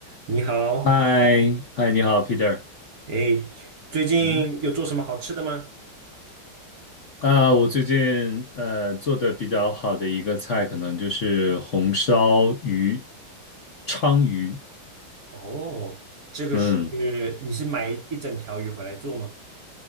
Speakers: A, on the right (about 55°); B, on the left (about 50°).
A: 你好，
B: 嗨，嗨，你好，Peter。
A: 哎，最近有做什么好吃的吗？
B: 嗯哼啊，我最近呃做的比较好的一个菜，可能就是红烧鱼、鲳鱼。
A: 哦，这个是你是买一整条鱼回来做吗？
B: 嗯，